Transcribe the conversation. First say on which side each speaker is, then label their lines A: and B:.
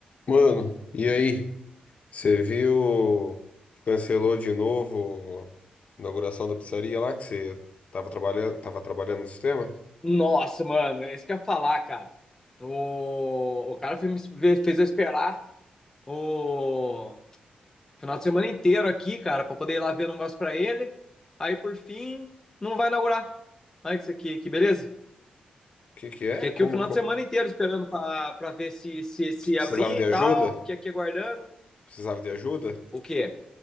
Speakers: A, on the left; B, on the left.
A: Mano, e aí? Você viu? Cancelou de novo a inauguração da pizzaria lá que você tava trabalhando, tava trabalhando no sistema? O
B: Nossa, mano, é isso que eu ia falar, cara. O, o cara fez, fez eu esperar o final de semana inteiro aqui, cara, pra poder ir lá ver o negócio pra ele. Aí, por fim, não vai inaugurar. Olha isso aqui, que beleza.
A: que que é?
B: Fiquei
A: Como,
B: aqui o final
A: como-
B: de semana inteiro esperando pra, pra ver se, se, se
A: Você precisava
B: abrir
A: de
B: e tal.
A: ajuda?
B: Fiquei aqui aguardando.
A: Precisava de ajuda?
B: O quê?